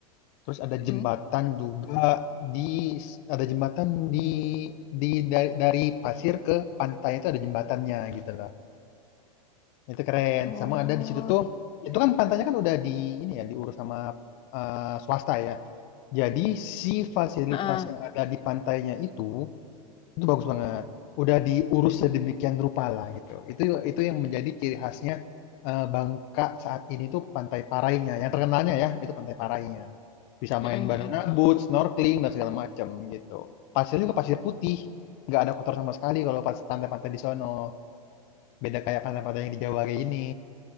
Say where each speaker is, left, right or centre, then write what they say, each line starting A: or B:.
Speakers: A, on the left; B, on the left.
A: Terus ada
B: Mm-mm.
A: jembatan juga di ada jembatan di di dari, dari pasir ke pantai itu ada jembatannya gitu loh. Itu keren.
B: Oh,
A: Sama ada di situ tuh
B: gitu.
A: itu kan pantainya kan udah di ini ya diurus sama eh, swasta ya. Jadi si fasilitas
B: Heeh.
A: yang ada di pantainya itu itu bagus banget. Udah diurus sedemikian rupa lah gitu. Itu itu yang menjadi ciri khasnya, eee, Bangka saat ini tuh Pantai Parainya, yang terkenalnya ya, itu Pantai Parainya. Bisa main
B: Mm-mm.
A: banana boat, snorkeling, dan segala macam gitu. Pasirnya juga pasir putih, nggak ada kotor sama sekali kalau pas pantai-pantai di sono, beda kayak pantai-pantai yang di Jawa kayak gini.